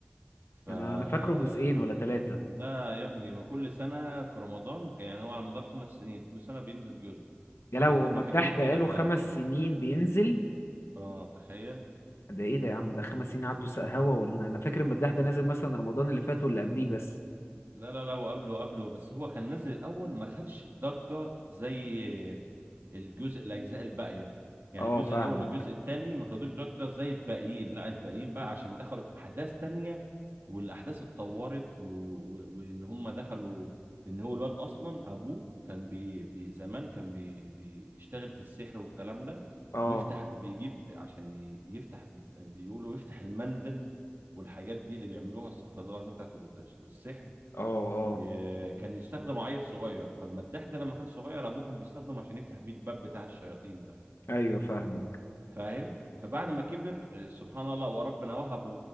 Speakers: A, on the right; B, on the left.
A: فمن
B: أنا أنا فاكره جزئين ولا ثلاثة
A: ده يا ابني ما كل سنة في رمضان ك- يعني هو على مدار خمس سنين كل سنة بينزل جزء
B: يا لهوي
A: احنا كنا
B: المداح
A: فاكرين كده
B: بقاله
A: في
B: خمس
A: الأول
B: سنين بينزل
A: اه تخيل
B: ده ايه ده يا عم ده خمس سنين عدوا سق هوا ولا انا أنا فاكر المداح ده نازل مثلا رمضان اللي فات واللي قبليه بس
A: لا لا لا وقبله وقبله بس هو كان نزل الأول ما خدش ضجة زي الجزء الاجزاء الباقيه يعني
B: اه
A: الجزء
B: فاهمك
A: الاول والجزء الثاني ما خدوش ضجه زي الباقيين لا الباقيين بقى
B: مم.
A: عشان دخلوا في احداث تانية والاحداث اتطورت و... و... وان هم دخلوا ان هو الواد اصلا ابوه كان بي... بي... زمان كان بي... بيشتغل في السحر والكلام ده
B: اه
A: ويفتح بيجيب عشان ي- يفتح بيقولوا يفتح المندل والحاجات دي اللي بيعملوها استغفر الله العظيم بتاعت ال- السحر
B: اه اه
A: ي- كان يستخدم عيل صغير فالمداح ده لما كان صغير ابوه كان بيستخدم عشان يفتح بيه الباب بتاع الشياطين ده
B: ايوه فاهمك
A: فاهم فبعد ما كبر آه، سبحان الله وربنا وهبه